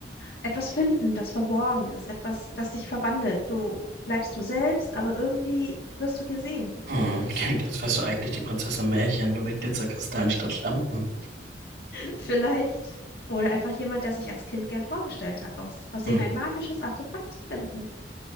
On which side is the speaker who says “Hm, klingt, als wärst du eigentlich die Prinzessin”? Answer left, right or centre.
Right